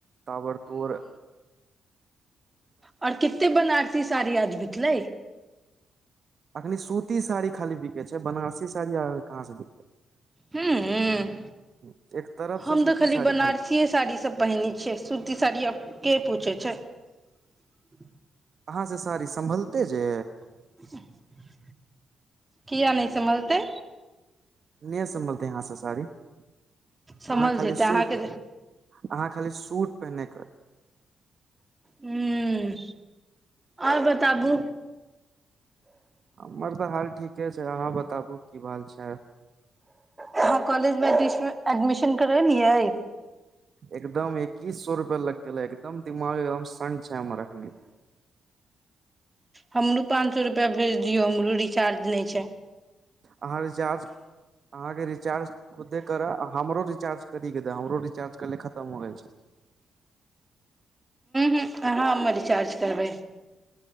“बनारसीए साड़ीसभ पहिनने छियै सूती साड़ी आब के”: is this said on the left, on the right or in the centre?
Right